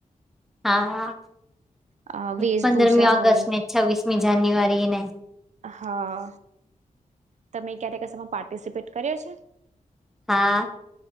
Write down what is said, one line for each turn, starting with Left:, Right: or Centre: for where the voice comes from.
Centre: હા હા
Right: અ વેશભૂષા
Centre: પંદરમી ઓગસ્ટ
Right: હોય
Centre: ને છવ્વીસમી જાન્યુઆરી ને
Right: હા તમે ક્યારે કશમાં પાર્ટિસિપેટ કર્યો છે
Centre: હા